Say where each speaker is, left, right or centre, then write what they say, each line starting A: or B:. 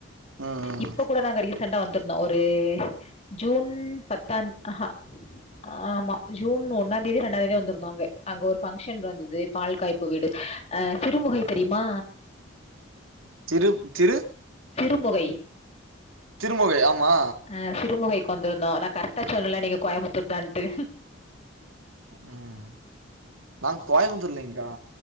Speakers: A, on the right; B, on the left.
A: ம்.
B: இப்ப கூட நாங்க ரீ சண்ட வந்துருந்தோம் ஒரு ஜூன் பத்தாந் ஆஹா ஆமா ஜூன் ஒன்னா தேதியோ இரண்டா தேதியோ வந்திருந்தோம் அங்க அங்க ஒரு ஃபங்க்ஷன் வந்தது பால்காய்ப்பூ வீடு ஆ சிறுமுகை தெரியுமா
A: திரு திரு
B: சிறுமுகை
A: திருமுகை ஆமா
B: ஆ சிறுமுகைக்கு வந்திருந்தோம் நா கரெக்டா சொல்லல நீங்க கோயமுத்தூர் தான்ட்டு
A: ம் நாங்க கோயம்புத்தூர் இல்லைங்க்கா